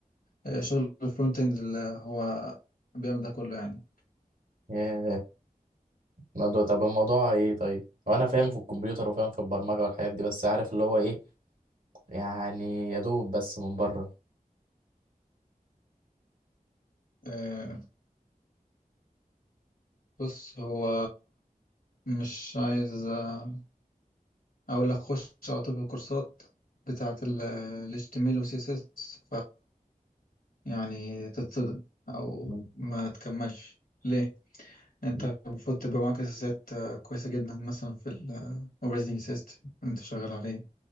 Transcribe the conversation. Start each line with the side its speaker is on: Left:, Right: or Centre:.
Left: آه، شغل الفرونت اند اللي هو بيعمل ده كله يعني
Right: ياه الموضوع طب الموضوع ايه طيب وانا فاهم في الكمبيوتر وفاهم في البرمجة والحاجات دي بس عارف اللي هو ايه يعني يا دوب بس من بره
Left: آه، بص هو مش عايز آه، اقول لك خش على طول في الكورسات بتاعت ال HTML و CSS يعني تتصدم او
Right: مم.
Left: ما تكملش ليه انت
Right: مم.
Left: المفروض تبقى معاك اساسيات آه، كويسه جدا مثلا في الاوبريتنج سيستم اللي انت شغال عليه